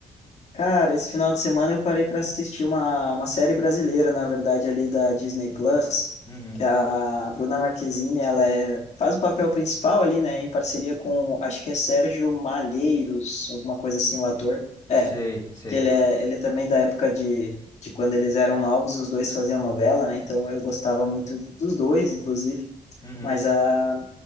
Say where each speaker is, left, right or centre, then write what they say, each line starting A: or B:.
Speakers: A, on the left; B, on the left.
A: Cara, esse final de semana eu parei para assistir uma, uma série brasileira, na verdade, ali da Disney Plus,
B: Uhum.
A: que a Bruna Marquezine, ela é, faz o papel principal ali, né, em parceria com, acho que é Sérgio Malheiros, alguma coisa assim, o ator.
B: Sei,
A: É,
B: sei.
A: que ele é, ele é também da época de, de quando eles eram novos, os dois faziam novela, né, então eu gostava muito dos dois, inclusive.
B: Uhum.
A: Mas a